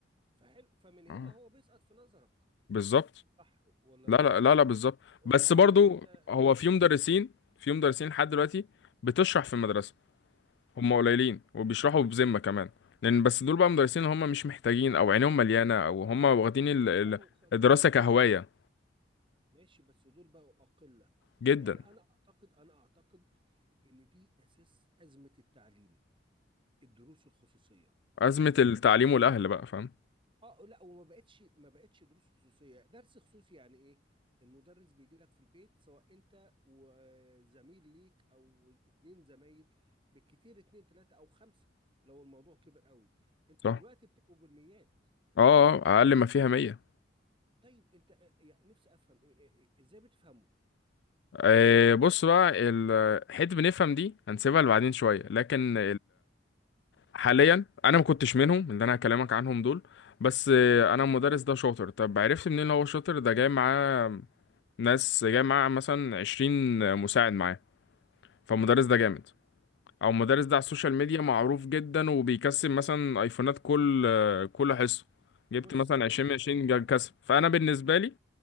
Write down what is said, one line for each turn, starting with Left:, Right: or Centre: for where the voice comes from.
Right: فحلو فمن هنا
Left: اه
Right: هو بيسقط في نظرك
Left: بالظبط
Right: صح ولا انا
Left: لا
Right: غلطان
Left: لا لا لا بالظبط
Right: هو
Left: بس
Right: هو
Left: برضو
Right: انت انت
Left: هو في مدرسين
Right: انت
Left: في مدرسين لحد دلوقتي بتشرح في المدرسه هم قليلين وبيشرحوا بذمه كمان لان بس دول بقى مدرسين هم مش محتاجين او عينيهم مليانه او هم واخدين ال-
Right: دول
Left: ال-
Right: بقوا خلي
Left: الدراسه
Right: بالك
Left: كهوايه
Right: اه ماشي بس دول بقوا أقلة
Left: جدا
Right: يعني انا اعتقد انا اعتقد ان دي اساس أزمة التعليم الدروس الخصوصية
Left: ازمه
Right: تمام
Left: التعليم والاهل بقى فاهم
Right: اه لا وما بقتش ما بقتش دروس خصوصيه درس خصوصي يعني ايه المدرس بيجي لك في البيت سواء انت وزميل ليك او اتنين زمايل بالكتير اتنين تلاته او خمسه لو الموضوع كبر قوي انتوا
Left: صح
Right: دلوقتي بتبقوا بالميات
Left: اه اه اقل ما فيها 100
Right: طيب انت آه، يعني نفسي افهم إيه إيه- إيه- ازاي بتفهموا
Left: آه بص بقى ال- حته بنفهم دي هنسيبها لبعدين شويه لكن حاليا انا ما كنتش منهم اللي انا هكلمك عنهم دول بس آه، انا المدرس ده شاطر طب عرفت منين إن هو شاطر ده جاي معاه ناس جاي معاه مثلا 20 مساعد معاه فالمدرس ده جامد او المدرس ده على السوشيال ميديا معروف جدا وبيكسب مثلا ايفونات كل آه، كل حصه جبت
Right: بص
Left: مثلا
Right: هقول
Left: 20
Right: لك حاجه
Left: من 20 جا- كسب فانا بالنسبه لي